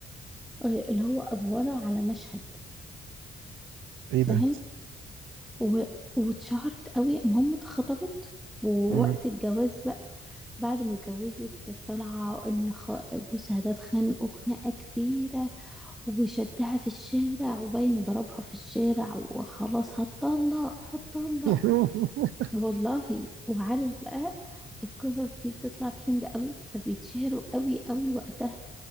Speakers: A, in the centre; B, on the right.
A: آه، اللي هو افوره على مشهد
B: ايه
A: فاهم
B: ده
A: و... واتشهرت قوي المهم اتخطبت ووقت
B: مم.
A: الجواز بقى بعد ما اتجوزت كانت طالعة إن خ- جوزها ده اتخانقوا خناقة كبيرة وشدها في الشارع وباينه ضربها في الشارع وخلاص هتطلق هتطلق
B: <laughs>
A: والله وعارف بقى القصص دي بتطلع ترند قوي فبيتشهروا قوي قوي وقتها